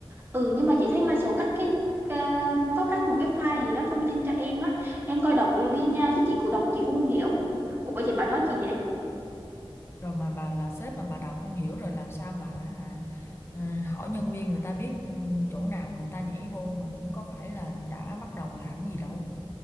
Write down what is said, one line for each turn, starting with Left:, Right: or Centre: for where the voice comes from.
Right: ừ nhưng mà chị thấy Marshall cắt cái cái- có cách một cái file gì đó thông tin cho em á em coi đọc đi nha chứ chị cũng đọc chị cũng không hiểu ủa chị bà nói chi vậy
Left: Rồi mà bà là sếp mà bà đọc không hiểu rồi làm sao mà hả? ừ, hỏi nhân viên người ta biết ừ, chỗ nào mà người ta nhảy vô mà cũng có phải là đã bắt đầu làm gì đâu.